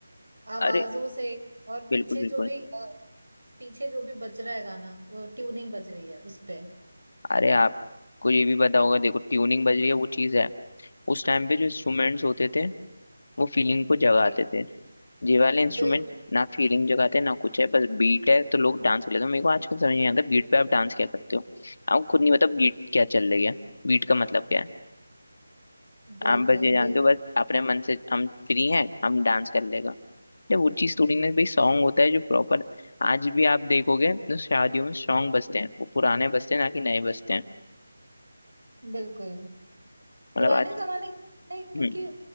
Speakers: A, on the right (about 85°); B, on the left (about 55°).
A: आवाजों
B: अरे
A: से और
B: बिल्कुल
A: पीछे
B: बिल्कुल
A: जो भी अ, पीछे जो भी बज रहा है गाना वो ट्यूनिंग बज रही है उस पे
B: अरे आपको ये भी पता होगा देखो ट्यूनिंग बज रही है वो चीज़ है उस टाइम पे जो इंस्ट्रूमेंट्स होते थे वो फीलिंग को जगाते
A: जी।
B: थे ये वाले इंस्ट्रूमेंट
A: बिल्कुल
B: ना फीलिंग जगाते ना कुछ है बस बीट है तो लोग डांस कर लेते हैं मेरे को आजकल समझ नहीं आता बीट पे आप डांस क्या करते हो आप खुद नहीं पता बीट क्या चल रही है बीट का मतलब क्या है
A: बिल्कुल
B: आप बस ये जानते
A: बिल्कुल
B: हो बस अपने मन से हम फ्री हैं हम डांस कर लेगा जब वो चीज़ थोड़ी ना भाई सॉन्ग होता है जो प्रॉपर आज भी आप देखोगे तो शादियों में सॉन्ग बजते हैं वो पुराने बजते हैं ना कि नए बजते हैं
A: बिल्कुल
B: मतलब
A: पुराने
B: आज
A: जमाने के नहीं, क्योंकि
B: हम्म